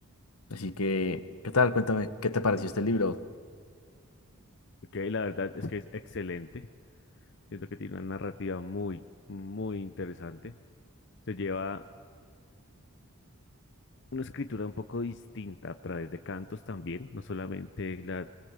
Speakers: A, on the left; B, on the left.
A: Así que, ¿qué tal? Cuéntame, ¿qué te pareció este libro?
B: Ok, la verdad es que es excelente. Siento que tiene una narrativa muy, muy interesante. Se lleva una escritura un poco distinta a través de cantos también, no solamente la